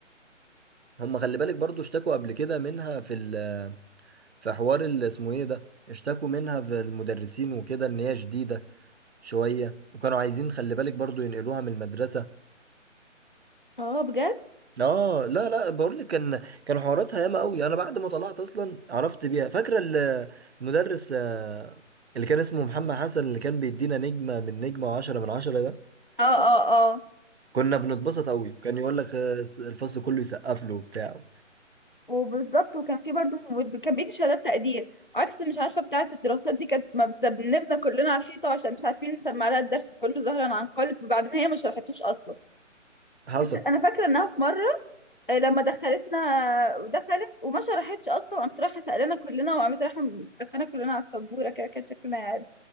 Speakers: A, on the right (about 60°); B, on the left (about 45°).
A: هم خلي بالك برضو اشتكوا قبل كده منها في ال... في حوار اللي اسمه ايه ده اشتكوا منها في المدرسين وكده ان هي شديده شويه وكانوا عايزين خلي بالك برضو ينقلوها من المدرسه
B: اه بجد
A: اه لا لا بقول لك كان كان حواراتها ياما قوي انا بعد ما طلعت اصلا عرفت بيها فاكره ال- المدرس آه، اللي كان اسمه محمد حسن اللي كان بيدينا نجمه من نجمه وعشرة من عشرة ده
B: اه اه
A: كنا بنتبسط قوي كان يقول لك آه، الفصل كله يسقف له وبتاع
B: وبالظبط وكان في برضه ممول- كان بيدي شهادات تقدير عكس مش عارفه بتاعه الدراسات دي كانت ما بتذنبنا كلنا على الحيطه عشان مش عارفين نسمع لها الدرس كله ظهرا عن قلب بعد ما هي ما شرحتوش اصلا
A: حصل
B: كنتش انا فاكره انها في مره آه، لما دخلتنا ودخلت وما شرحتش اصلا وقامت رايحه سالنا كلنا وقامت رايحه مدفنا كلنا على السبوره كده كان شكلنا يعني